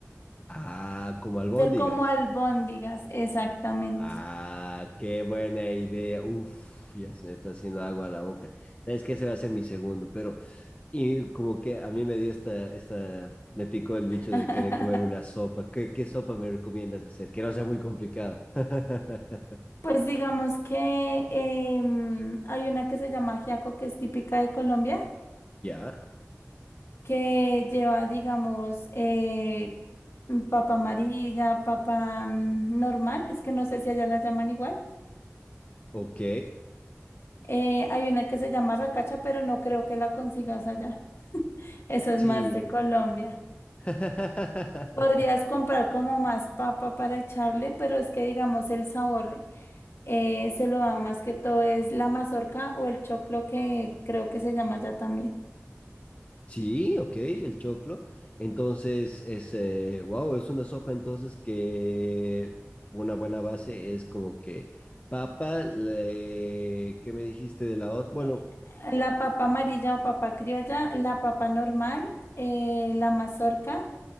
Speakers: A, on the left (about 25°); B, on the left (about 55°).
A: Ah, como albóndigas.
B: Ser como albóndigas, exactamente.
A: Ah, qué buena idea. Uf, ya se me está haciendo agua a la boca. Sabes que ese va a ser mi segundo, pero y como que a mí me dio esta, esta, me picó el bicho
B: <laughs>
A: de querer comer una sopa. ¿Qué, qué sopa me recomiendas hacer? Que no sea muy complicada. <laughs>
B: Pues digamos que em, hay una que se llama ajiaco, que es típica de Colombia,
A: ¿Ya?
B: que lleva, digamos, eh, mm, papa amarilla, papa mm, normal, es que no sé si allá la llaman igual.
A: ¿Ok?
B: Eh, hay una que se llama racacha, pero no creo que la consigas allá. Eso es
A: Sí.
B: más de Colombia.
A: <laughs>
B: Podrías comprar como más papa para echarle, pero es que digamos el sabor. Eh, se lo dan más que todo es la mazorca o el choclo que creo que se llama ya también.
A: Sí, ok, el choclo. Entonces, es, eh, wow, es una sopa entonces que una buena base es como que papa, le, ¿qué me dijiste de la otra? Bueno,
B: Eh, La papa amarilla o papa criolla, la papa normal, eh, la mazorca